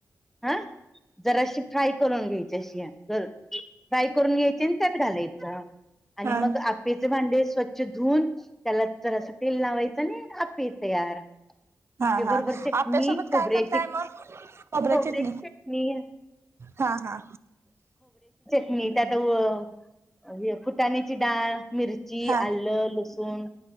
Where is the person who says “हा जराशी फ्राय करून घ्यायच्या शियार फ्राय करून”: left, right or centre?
Centre